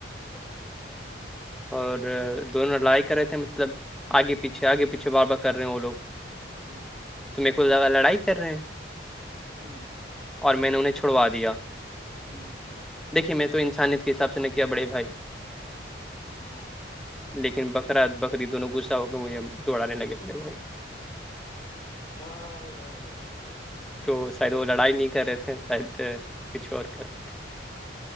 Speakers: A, on the left (about 20°); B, in the centre.
A: اچھا
B: اور دونوں لڑائی کر رہے تھے مطلب آگے پیچھے آگے پیچھے وابا کر رہے ہیں وہ لوگ
A: ہوں
B: تو میرے کو زگہ لڑائی کر رہے ہیں
A: ہوں ہ
B: اور میں نے انہیں چھوڑوا دیا
A: جی
B: دیکے میں تو انسانیت کے حساب سے نہ کیا بڑے بھائی
A: ہاں
B: لیکن بکرا بکری دونوں غصہ ہو کے مجھے دوڑانے لگے پڑے بھائی
A: ہ ہے
B: تو شاید وہ لڑائی نہیں کر رہے تھے شاید کچھ اور کر رہے تھے